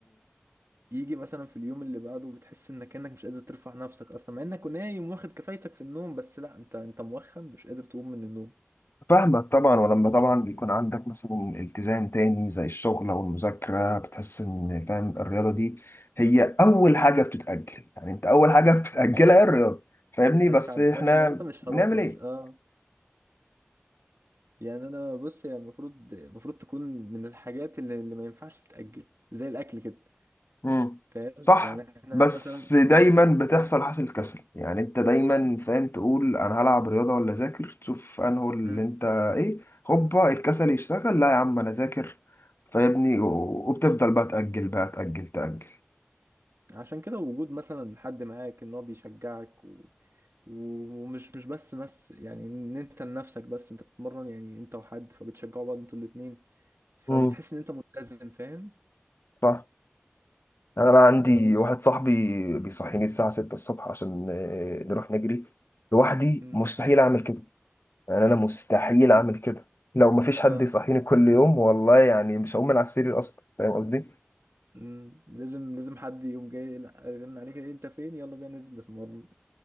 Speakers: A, on the right (about 75°); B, on the left (about 60°).
A: يجي مثلا في اليوم اللي بعده بتحس إنك كأنك مش قادر ترفع نفسك أصلا مع إنك نايم واخد كفايتك في النوم بس لا أنت أنت موخم مش قادر تقوم من النوم
B: فاهمك طبعا ولما طبعا بيكون عندك مثلا التزام تاني زي الشغل او المذاكره بتحس ان فاهم الرياضه دي هي اول حاجه بتتاجل يعني انت اول حاجه <laughs> بتتاجلها هي الرياضه فاهمني
A: أنا
B: بس
A: تعبان
B: احنا
A: النهاردة مش
B: بنعمل
A: هروح مثلا
B: ايه
A: آه يعني انا بص هي المفروض المفروض تكون من الحاجات اللي, اللي ما ينفعش تتأجل زي الاكل كده
B: امم
A: فاهم
B: صح
A: يعني احنا
B: بس
A: مثلا
B: دايما
A: يعني احنا
B: بتحصل
A: آه،
B: حاصل كسل يعني انت دايما فاهم تقول انا هلعب رياضه ولا اذاكر تشوف انه اللي
A: آه.
B: انت ايه هوبا الكسل يشتغل لا يا عم انا اذاكر فاهمني و- وبتفضل بقى تاجل بقى تاجل تاجل
A: عشان كده وجود مثلا حد معاك ان هو بيشجعك و... و- ومش مش بس بس يعني ان انت لنفسك بس انت بتتمرن يعني انت وحد فبتشجعوا بعض انتوا الاتنين فبتحس
B: مم.
A: ان انت ملتزم فاهم
B: صح يعني انا عندي
A: يعني
B: واحد صاحبي
A: م-
B: بيصحيني الساعه 6 الصبح عشان آه، نروح نجري لوحدي
A: م-
B: مستحيل اعمل كده يعني انا مستحيل
A: لازم
B: اعمل كده لو مفيش حد
A: اه
B: يصحيني كل يوم والله يعني مش هقوم من على السرير اصلا فاهم قصدي
A: م- لازم لازم حد يقوم جاي لا رن عليك إيه، انت فين يلا بينا ننزل نتمرن